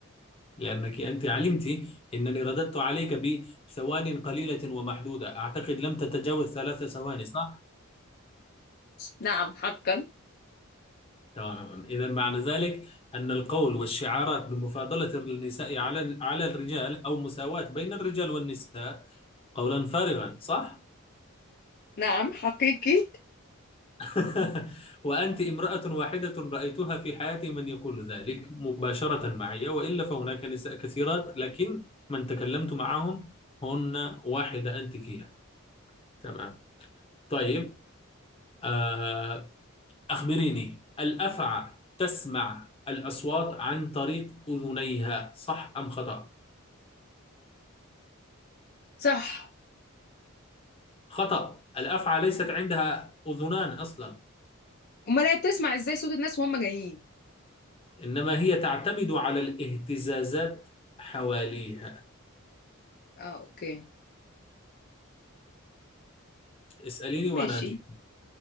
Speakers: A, on the left (about 25°); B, on the left (about 50°).
A: لأنك أنت علمت أنني رددت عليك بثوان قليلة ومحدودة أعتقد لم تتجاوز ثلاث ثواني صح؟
B: نعم حقا
A: تمام إذا معنى ذلك أن القول والشعارات بمفاضلة النساء على على الرجال أو مساواة بين الرجال والنساء قولا فارغا صح
B: نعم حقيقي
A: <laughs> وأنت امرأة واحدة رأيتها في حياتي من يقول ذلك مباشرة معي وإلا فهناك نساء كثيرات لكن من تكلمت معهم هن واحدة أنت فيها تمام طيب آه أخبريني الأفعى تسمع الأصوات عن طريق أذنيها صح أم خطأ
B: صح
A: خطأ الأفعى ليست عندها أذنان أصلا
B: أمال هي بتسمع إزاي صوت الناس وهم جايين
A: إنما هي تعتمد على الاهتزازات حواليها
B: آه أوكي
A: اسأليني
B: ماشي
A: وأنا أجيب